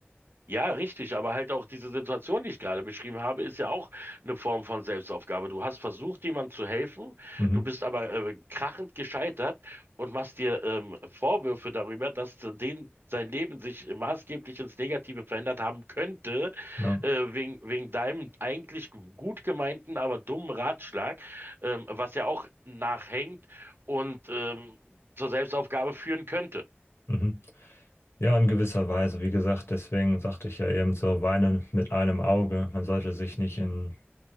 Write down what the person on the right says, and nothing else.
Ja, richtig, aber halt auch diese Situation, die ich gerade beschrieben habe, ist ja auch eine Form von Selbstaufgabe. Du hast versucht, jemandem zu helfen,
du bist aber äh, krachend gescheitert und machst dir ähm, Vorwürfe darüber, dass äh, den sein Leben sich maßgeblich ins Negative verändert haben könnte,
äh, wegen, wegen deinem eigentlich gut gemeinten, aber dummen Ratschlag, ähm, was ja auch nachhängt und ähm, zur Selbstaufgabe führen könnte.